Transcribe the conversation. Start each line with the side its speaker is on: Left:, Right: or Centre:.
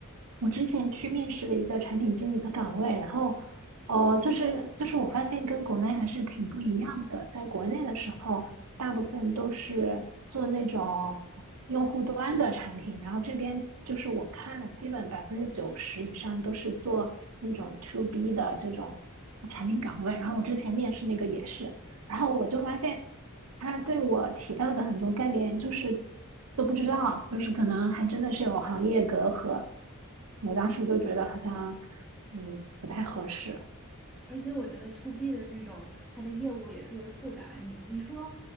Right: 我之前去面试了一个产品经理的岗位，然后，呃，就是就是我发现跟国内还是挺不一样的。在国内的时候，大部分都是做那种用户端的产品，然后这边就是我看了，基本百分之九十以上都是做那种 to B 的这种产品岗位。然后我之前面试那个也是，然后我就发现。他对我提到的很多概念就是都不知道，就是可能还真的是有行业隔阂。我当时就觉得好像嗯不太合适。
Centre: 而且我觉得 to B 的那种，它的业务也特别复杂。你你说，